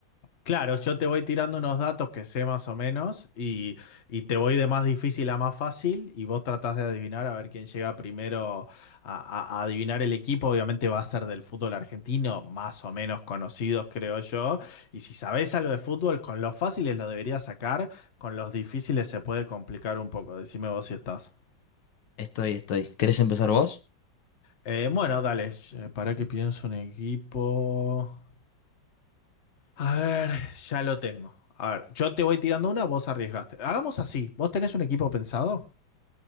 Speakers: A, on the left; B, on the left.
A: Claro, yo te voy tirando unos datos que sé más o menos y, y te voy de más difícil a más fácil y vos tratás de adivinar a ver quién llega primero a, a- a adivinar el equipo. Obviamente va a ser del fútbol argentino, más o menos conocidos creo yo. Y si sabés algo de fútbol, con los fáciles lo deberías sacar, con los difíciles se puede complicar un poco. Decime vos si estás.
B: Estoy, estoy. ¿Querés empezar vos?
A: Eh, bueno, dale, eh, para que pienso un equipo. A ver, ya lo tengo. A ver, yo te voy tirando una, vos arriesgaste. Hagamos así. ¿Vos tenés un equipo pensado?